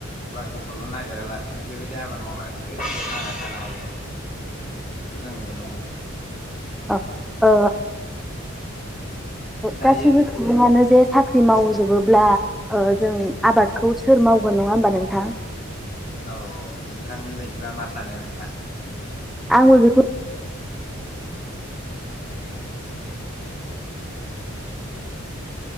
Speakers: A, on the left (about 40°); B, in the centre.
A: ख्रिखौल नागिरालासिनो बेबायदि आबाद मावनानैबो जों थांनानै थानो हायो बेखौ जों नुनो मोनो।
B: अ औ।
A: दायो
B: गासैबो सुबुङानो जे साख्रि मावजोबोब्ला ओ जों आबादखौ सोर मावगोन नङा होनबा नोंथां?
A: औ नोंथांनि बायदिबा मा सानो नोंथाङा?
B: आंबो बेखौ <unintelligible>